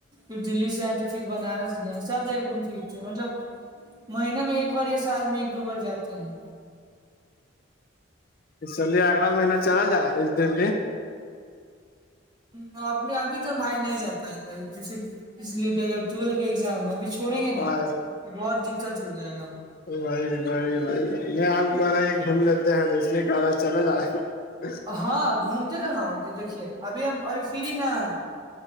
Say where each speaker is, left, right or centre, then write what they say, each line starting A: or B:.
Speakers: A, on the right; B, on the left.
A: اٹلی بنارس گی سب ٹھیک سے مطلب مہینے میں ایک بار یا سال میں ایک دو بار جاتے ہیں
B: اسلیے اگلا مہین چلا جائے اس دن
A: ہ انے ابھی تو بھائی نہیں جا پائیں گے ابھی تو صرف اس لیے کیا کہ ٹویل کا ایگزام ہے اب چھوڑیں گے نا
B: اور
A: تو بہت دقت ہو جائے گا
B: وہی وہی وہی نہیں آپ کو رہ گھوم لیتے ہیں تو اس لیے کہ رہا چلے جایں اچ <unintelligible>
A: کو ہاں گھومتے تھ تو دیکھیے ابھی ہم ابھی فری نہ ہے